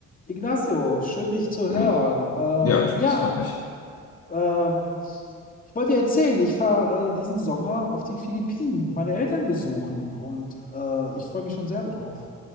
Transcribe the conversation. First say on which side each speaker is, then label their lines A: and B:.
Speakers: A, on the left (about 30°); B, on the left (about 50°).
A: Ignacio, schön dich zu hören.
B: Hm.
A: Ähm,
B: Ja, ich,
A: ja,
B: das freut mich.
A: ähm, ich wollte dir erzählen, ich fahre äh, diesen Sommer auf die Philippinen, meine Eltern besuchen und äh, ich freue mich schon sehr drauf.